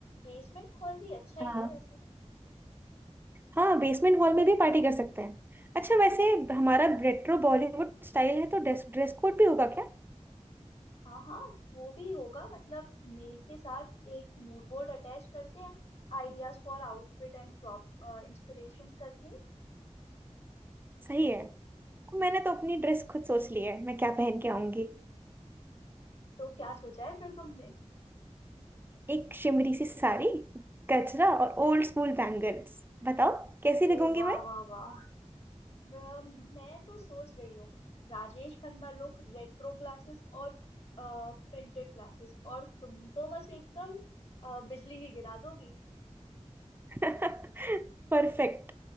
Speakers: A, on the left (about 60°); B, on the right (about 20°).
A: बेसमेंट हॉल भी अच्छा ही
B: हाँ
A: है वैसे
B: हाँ बेसमेंट हॉल में भी पार्टी कर सकते हैं अच्छा वैसे हमारा रेट्रो बॉलीवुड स्टाइल है तो ड्रेस ड्रेस कोड भी होगा क्या
A: हाँ हाँ वो भी होगा मतलब मेल के साथ एक मूड बोर्ड अटैच करते हैं ideas for outfit and prop inspirations करके
B: सही है मैंने तो अपनी ड्रेस खुद सोच ली है मैं क्या पहन के आऊंगी
A: तो क्या सोचा है फिर तुमने
B: एक शिमरी सी साड़ी गजरा और ओल्ड स्कूल बैंगल्स बताओ कैसी
A: अरे
B: दिखूंगी
A: वाह
B: मैं
A: वाह वाह मैं, मैं तो सोच रही हूँ Rajesh Khanna look retro glasses और प्रिंटेड ग्लासेस और तुम तो बस एकदम अ, बिजली ही गिरा दोगी
B: <laughs> परफेक्ट